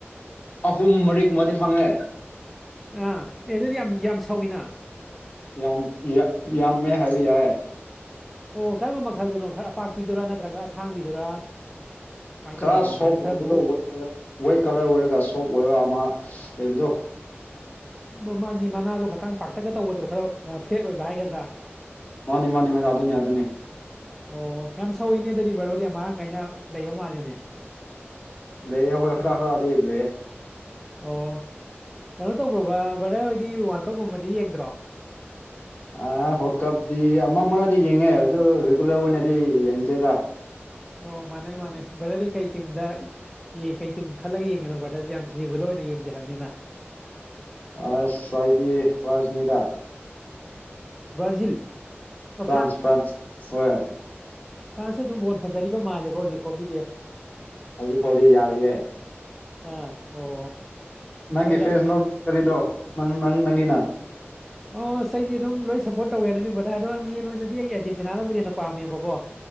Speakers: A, on the left; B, in the centre.
A: ꯑꯍꯨꯝ ꯃꯔꯤꯒꯨꯝꯕꯗꯤ ꯐꯪꯉꯦ
B: ꯑꯥ ꯑꯦ ꯑꯗꯨꯗꯤ ꯌꯥꯝ ꯌꯥꯝ ꯁꯧꯏꯤꯅ
A: ꯌꯥꯝ ꯌꯥꯝꯃꯦ ꯍꯥꯏꯕꯤ ꯌꯥꯏ
B: ꯑꯣ ꯀꯔꯝꯕ ꯃꯈꯜꯗꯨꯅꯣ ꯈꯔ ꯑꯄꯥꯛꯄꯤꯗꯨꯔꯥ ꯅꯠꯇ꯭ꯔꯒ ꯑꯁꯥꯡꯕꯤꯗꯨꯔꯥ ꯀꯃꯥꯏꯅ
A: ꯈꯔ
B: ꯇꯧꯕꯤꯗꯣꯏꯅꯣ
A: ꯁꯣꯐ
B: ꯑꯗꯩ ꯈꯔ
A: ꯑꯣꯏꯒꯗ
B: ꯃꯨ
A: ꯋꯥꯏꯠ ꯀꯂꯔ ꯑꯣꯏꯔꯒ ꯁꯣꯐ ꯑꯣꯏꯕ ꯑꯃ ꯂꯩꯕꯗꯣ
B: ꯎ ꯃꯥꯒꯤ ꯃꯅꯥꯗꯣ ꯈꯇꯪ ꯄꯥꯛꯇꯛꯒ ꯇꯧꯕꯗꯣ ꯈꯔ ꯐ꯭ꯂꯦꯠ ꯑꯣꯏꯕ ꯍꯥꯏꯒꯗ꯭ꯔꯥ
A: ꯃꯥꯅꯤ ꯃꯥꯅꯤ ꯃꯥ ꯑꯗꯨꯅꯤ ꯑꯗꯨꯅꯤ
B: ꯑꯣ ꯌꯥꯝ ꯁꯧꯋꯤꯅꯦ ꯑꯗꯨꯗꯤ ꯕꯔꯣꯗꯤ ꯌꯥꯝ ꯃꯔꯥꯡ ꯀꯥꯏꯅ ꯂꯩꯕ ꯃꯥꯜꯂꯤꯦꯅꯦ
A: ꯂꯩꯌꯦ ꯍꯣꯏ ꯈꯔꯥ ꯈꯔꯥꯗ ꯂꯩ
B: ꯑꯣ ꯀꯩꯅꯣ ꯇꯧꯕ꯭ꯔꯣꯕ ꯚꯔꯦꯟ ꯍꯣꯏꯗꯤ ꯋꯥꯡꯀꯛꯀꯨꯝꯕꯗꯤ ꯌꯦꯡꯗ꯭ꯔꯣ
A: ꯍ ꯀꯞꯗꯤ ꯑꯃ ꯑꯃꯅꯗꯤ ꯌꯦꯡꯉꯦ ꯑꯗꯨ ꯔꯤꯒꯨꯂꯔ ꯑꯣꯏꯅꯗꯤ ꯌꯦꯡꯗꯦꯗ
B: ꯑꯣ ꯃꯥꯅꯦ ꯃꯥꯅꯦ ꯔꯔꯤ ꯀꯩ ꯇꯤꯝꯗ ꯌꯦꯡ ꯀꯩ ꯇꯨꯝ ꯈꯜꯂꯒ ꯌꯦꯡꯒꯦꯅꯣ ꯚꯔꯗꯁꯦ ꯌꯥꯝ ꯔꯤꯒꯨꯂꯔ ꯑꯣꯏꯅ ꯌꯦꯡꯗꯦ ꯍꯥꯏꯕꯅꯤꯅ
A: ꯑꯥꯏꯗꯤ ꯐꯁꯅꯤꯗꯥ
B: ꯕ꯭ꯔꯥꯖꯤꯜ ꯑ
A: ꯐ꯭ꯔꯥꯟꯁ ꯐ꯭ꯔꯥꯟꯁ ꯍꯣꯏ
B: ꯀꯥꯁꯦ ꯑꯗꯨꯝ ꯍꯣꯟ ꯐꯖꯔꯤꯕ ꯃꯥꯜꯂꯦꯀꯣ ꯍꯧꯖꯤꯛ ꯐꯥꯎꯒꯤꯗꯤ
A: ꯍꯧꯖꯤꯛ ꯐꯥꯎꯗꯤ ꯌꯥꯔꯤꯌꯦ
B: ꯑꯥ ꯑꯣ
A: ꯅꯪꯒꯤ
B: ꯍꯣꯏꯗ
A: ꯐꯦꯁꯅꯨ ꯈꯔꯤꯗꯣ ꯅꯪ ꯅꯪ ꯅꯪꯒꯤꯅ
B: ꯑꯣ ꯏꯁꯩꯗꯤ ꯑꯗꯨꯝ ꯂꯣꯏ ꯁꯞꯄꯣꯔꯠ ꯇꯧꯋꯦ ꯑꯗꯨꯅꯦ ꯕꯗ ꯑꯗ ꯃꯦꯟ ꯑꯣꯏꯅꯗꯤ ꯑꯩ ꯑꯥꯔꯖꯦꯟꯇꯤꯅꯥꯅꯕꯨꯗꯤ ꯍꯦꯟꯅ ꯄꯥꯝꯃꯦꯕꯀꯣ